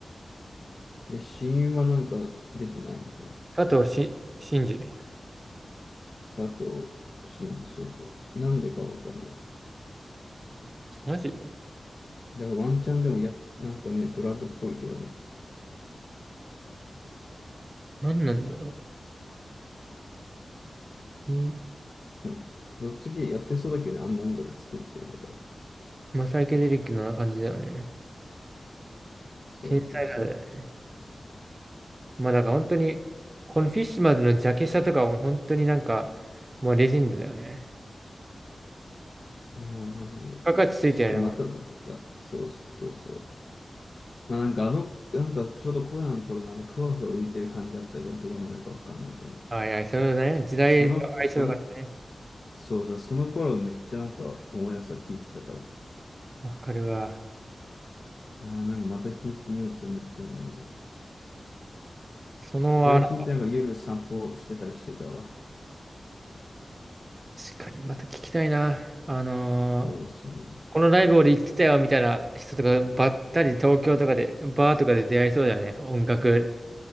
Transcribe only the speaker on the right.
あと、し、シンジ。
マジ
何なんだろう。うん
まあ、サイケデリックな感じだよね。
天才派だよね。まあ、だから本当に、このフィッシュマンズのジャケ写とかも本当になんか、もうレジェンドだよね。
バ価値ついてるよね。
もう
あいや、そうだね。時代の相性がね。
わかるわ。
その、
あの、確かにまた聞きたいな。あのー
このライブ俺行ってたよみたいな人とかばったり東京とかで、バーとかで出会いそうだよね。音楽